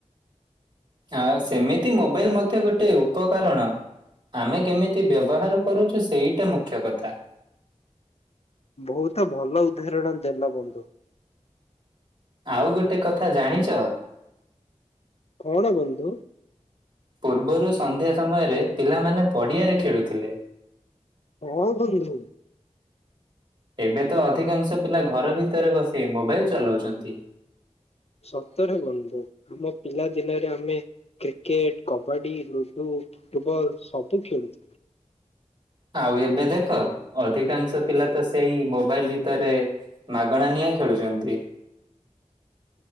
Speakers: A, on the right (about 40°); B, on the left (about 55°).
A: ହଁ ସେମିତି ମୋବାଇଲ ମଧ୍ୟ ଗୋଟେ ଉପକରଣ ଆମେ କେମିତି ବ୍ୟବହାର କରୁଛୁ ସେଇଟା ମୁଖ୍ୟ କଥା।
B: ବହୁତ ଭଲ ଉଦାହରଣ ଦେଲ ବନ୍ଧୁ।
A: ଆଉ ଗୋଟେ କଥା ଜାଣିଚ?
B: କଣ ବନ୍ଧୁ?
A: ପୂର୍ବରୁ ସନ୍ଧ୍ୟା ସମୟରେ ପିଲାମାନେ ପଡ଼ିଆରେ ଖେଳୁଥିଲେ।
B: ହଁ ବନ୍ଧୁ।
A: ଏବେ ତ ଅଧିକାଂଶ ପିଲା ଘର ଭିତରେ ବସି ମୋବାଇଲ ଚଲଉଛନ୍ତି।
B: ସତରେ ବନ୍ଧୁ ଆମ ପିଲା ଦିନରେ ଆମେ କ୍ରିକେଟ, କବାଡି, ଲୁଡୁ ଫୁଟବଲ ସବୁ ଖେଳୁଥିଲୁ।
A: ଆଉ ଏବେ ଦେଖ ଅଧିକାଂଶ ପିଲା ତ ସେଇ ମୋବାଇଲ ଭିତରେ ମାଗଣା ନିଆଁ ଖେଳୁଛନ୍ତି।